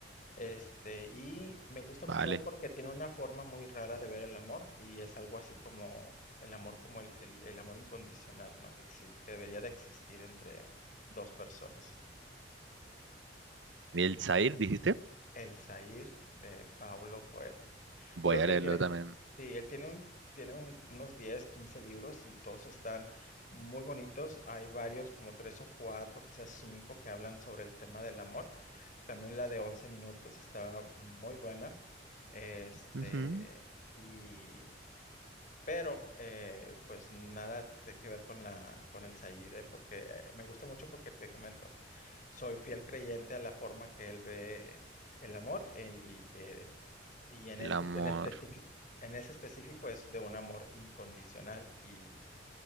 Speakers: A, on the left; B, on the right.
A: Este, y me gusta
B: vale.
A: mucho él porque tiene una forma muy rara de ver el amor, y es algo así como el amor, como el, el- el amor incondicional, ¿no? Que, exi- que debería de existir entre dos personas.
B: El Zahir, dijiste.
A: El Zahir de Paulo Coelho.
B: Voy
A: Obvio
B: a
A: que
B: leerlo
A: él tiene,
B: también.
A: sí, él tiene un, tiene un- unos 10, 15 libros y todos están muy bonitos. Hay varios, como tres o cuatro, quizás cinco, que hablan sobre el tema del amor. También la de 11 minutos está muy buena. Este,
B: Ujú.
A: y, pero, eh, pues nada te- que ver con la, con el Zahir, ¿eh? porque eh, me gusta mucho porque te comento, soy fiel creyente a la forma que él ve el amor eh, y que y en
B: El
A: ese
B: amor.
A: en específico, en ese específico es de un amor incondicional y